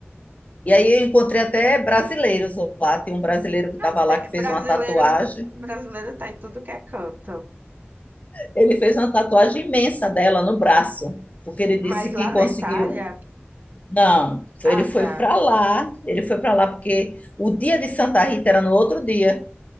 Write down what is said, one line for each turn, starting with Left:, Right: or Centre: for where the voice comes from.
Left: E aí eu encontrei até brasileiros lá. Tem um brasileiro que estava
Right: Ah,
Left: lá
Right: Tem,
Left: que fez
Right: brasileiro,
Left: uma tatuagem.
Right: brasileiro tá em tudo que é canto.
Left: Ele fez uma tatuagem imensa dela no braço, porque ele
Right: Mas
Left: disse
Right: lá
Left: que conseguiu
Right: na Itália,
Left: Não, foi-
Right: ah,
Left: ele foi
Right: tá.
Left: para lá, ele foi para lá porque o dia de Santa Rita era no outro dia.